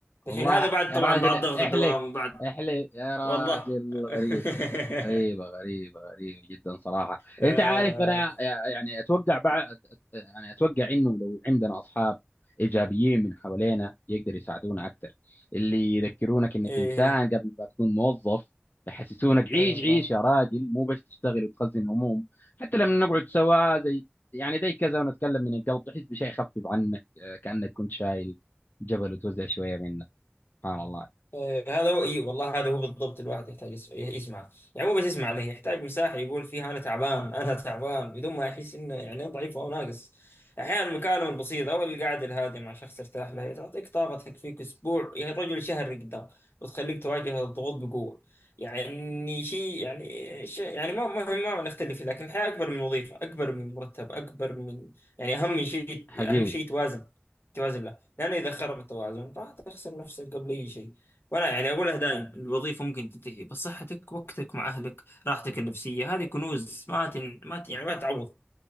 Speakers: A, on the left (about 50°); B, on the left (about 70°).
A: والله
B: الحين هذا بعد
A: يا
B: طبعا
A: راجل
B: بعد ضغط
A: احلف
B: الدوام بعد
A: احلف يا راجل
B: والله <laughs>
A: غريبة غريبة غريبة غريبة جدا صراحة
B: آه،
A: انت عارف انا يعني اتوقع بعد يعني اتوقع انه لو عندنا اصحاب ايجابيين من حوالينا يقدر يساعدونا اكثر اللي يذكرونك انك
B: إيه
A: انسان قبل ما تكون موظف يحسسونك عيش
B: إي والله
A: عيش يا راجل مو بس تشتغل وتخزن هموم حتى لما نقعد سوا زي يعني زي كذا ونتكلم من القلب تحس بشيء خفيف عنك آه، كأنك كنت شايل جبل وتوزع شوية منه سبحان الله
B: آه، هذا رأيي والله هذا هو بالضبط الواحد يحتاج يس- يسمع يعني مو بس يسمع عليه يحتاج مساحة يقول فيها أنا تعبان أنا تعبان بدون ما يحس إنه يعني ضعيف أو ناقص أحيانا المكالمة البسيطة أو القعدة الهادئة مع شخص ترتاح له هي تعطيك طاقة تكفيك أسبوع يعني رجل شهر قدام وتخليك تواجه الضغوط بقوة يعني شيء يعني شيء يعني ما ما ما نختلف فيه لكن الحياة أكبر من وظيفة أكبر من مرتب أكبر من يعني أهم شيء
A: حقيقي
B: أهم شيء توازن توازن له لأن إذا خرب التوازن راح تخسر نفسك قبل أي شيء وانا يعني اقولها دائم الوظيفه ممكن تنتهي بس صحتك وقتك مع اهلك راحتك النفسيه هذه كنوز ما تن... ما ت... يعني ما تعوض